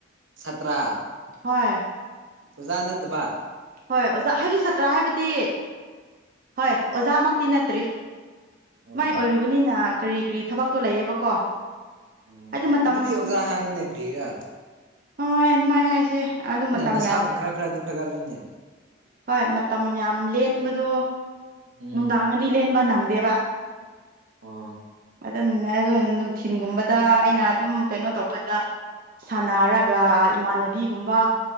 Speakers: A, on the right (about 75°); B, on the right (about 45°).
A: ꯁꯥꯠꯇ꯭ꯔꯥ
B: ꯍꯣꯏ
A: ꯑꯣꯖꯥ ꯅꯠꯇꯕ
B: ꯍꯣꯏ ꯑꯣꯖꯥ ꯍꯥꯏꯕꯗꯤ ꯁꯥꯇ꯭ꯔ ꯍꯥꯏꯕꯗꯤ ꯍꯣꯏ ꯑꯣꯖꯥꯃꯛꯇꯤ ꯅꯠꯇ꯭ꯔꯤ
A: ꯑꯣ
B: ꯃꯥꯏ ꯑꯣꯏꯔꯨꯕꯅꯤꯅ ꯀꯔꯤ ꯀꯔꯤ ꯊꯕꯛꯇꯣ ꯂꯩꯌꯦꯕꯀꯣ
A: ꯑꯣ
B: ꯍꯥꯏꯗꯤ ꯃꯇꯝ
A: ꯑꯗꯨꯗꯤ ꯑꯣꯖꯥ ꯍꯥꯏꯕꯅꯦ ꯀ꯭ꯔꯤꯔ
B: ꯍꯣꯏ ꯑꯗꯨꯃꯥꯏꯅ ꯍꯥꯏꯁꯦ ꯑꯗꯨ ꯃꯇꯝ
A: ꯅꯁꯥꯕꯨ
B: ꯌꯥꯝ
A: ꯈꯔ ꯈꯔꯗꯤ ꯐꯒꯠꯂꯨꯅꯦ
B: ꯍꯣꯏ ꯃꯇꯝ ꯌꯥꯝ ꯂꯦꯟꯕꯗꯣ
A: ꯎꯝ
B: ꯅꯨꯡꯗꯥꯡꯗꯤ ꯂꯦꯟꯕ ꯅꯪꯗꯦꯕ
A: ꯑꯣ
B: ꯑꯗꯨ ꯑꯗꯨ ꯅꯨꯡꯊꯤꯟꯒꯨꯝꯕꯗ ꯑꯩꯅ ꯑꯗꯨꯝ ꯀꯩꯅꯣ ꯇꯧꯕꯥꯟꯗ ꯁꯥꯟꯅꯔꯒ ꯏꯃꯥꯟꯅꯕꯤꯒꯨꯝꯕ